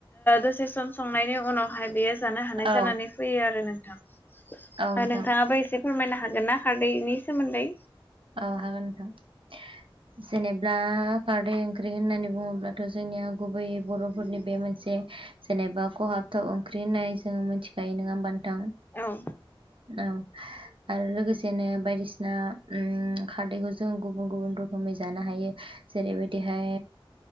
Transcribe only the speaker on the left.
दसे सम संनायनि उनावहाय बेयो। जानो हानाय
जानानै फैयो आरो नोंथां
नोंथाङाबो एसे फोरमायनो हागोन ना खारदैनि सोमोन्दै?
औ